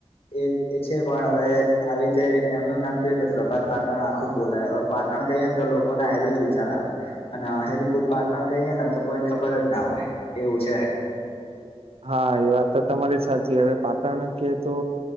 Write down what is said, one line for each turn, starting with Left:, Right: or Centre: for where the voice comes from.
Left: એ એ છે પણ હવે આવી રીતે એમનું નામ કેવુંતે પ્રભાત પાટણ આખું બોલા પાટણ કહીએને તો લોકોને આ જ વિચાર આવે અને અહિલપુર પાટણ કહીએ ને તો કોઈને ખબર જ ના હોય એવું છે.
Right: હા એ વાત તો તમારી સાચી, હવે પાટણ કે તો